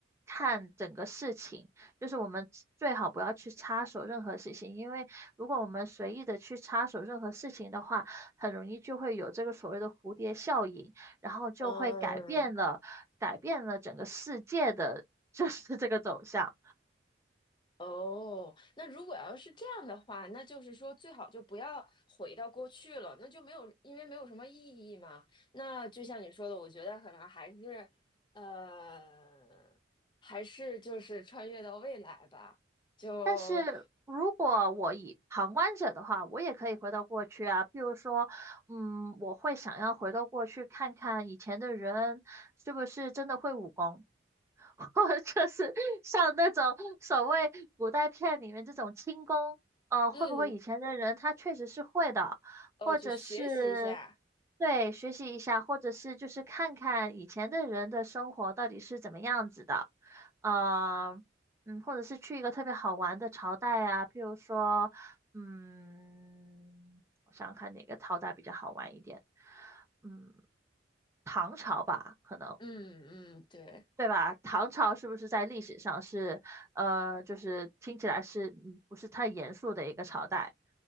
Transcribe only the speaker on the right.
看整个事情，就是我们最好不要去插手任何事情，因为如果我们随意的去插手任何事情的话，很容易就会有这个所谓的蝴蝶效应，然后就会改变了改变了整个世界的。
<laughs> 就是这个走向。
但是如果我以旁观者的话，我也可以回到过去啊。譬如说，嗯，我会想要回到过去看看以前的人是不是真的会武功。或者 <laughs> 就是像那种所谓古代片里面这种轻功，呃，
会不会以前的人他确实是会的，
或者是
对学习一下，或者是就是看看以前的人的生活到底是怎么样子的，呃，嗯，或者是去一个特别好玩的朝代啊，譬如说，嗯，我想想看哪个朝代比较好玩一点，嗯，唐朝吧，可能。
对吧？唐朝是不是在历史上是，呃，就是听起来是嗯不是太严肃的一个朝代？